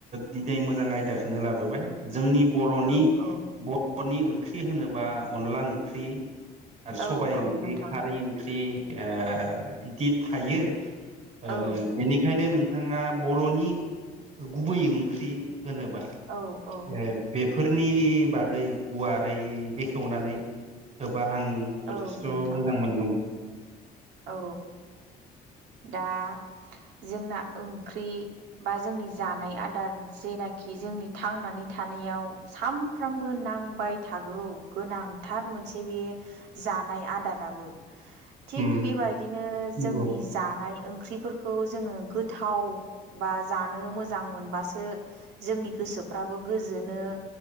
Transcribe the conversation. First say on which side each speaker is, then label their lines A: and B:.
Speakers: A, on the right (about 45°); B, on the right (about 90°).
A: दिनै मोजां आयदाखौनो लाबोबाय। जोंनि बर'नि
B: औ औ
A: बर'नि ओंख्रि होनोबा अनला ओंख्रि। आरो
B: औ
A: सबाय
B: औ
A: ओंख्रि
B: नोंथां
A: खारै ओंख्रि ओ बिदि थायो। ओ
B: औ
A: बेनिखायनो नोंथाङा बर'नि गुबै ओंख्रि होनोबा
B: औ औ
A: ओ बे फोरनि बागै गुवारै बेखेवनानै होब बा आं जथेस्थ'
B: औ नोंथां
A: मोजां मोनगौमोन।
B: औ दा जोंना ओंख्रि बा जोंनि जानाय आद जेनाखि जोंनि थांनानै थानायाव सानफ्रामबो नांबाय थागौ। गोनांथार मोनसे बेयो जानाय आदाराबो थिग
A: उम
B: बेबायदिनो
A: नंगौ
B: जोंनि जानाय ओंख्रिफोरखौ जोङो गोथाव बा जानो मोजां मोनबासो जोंनि गोसोफ्राबो गोजोनो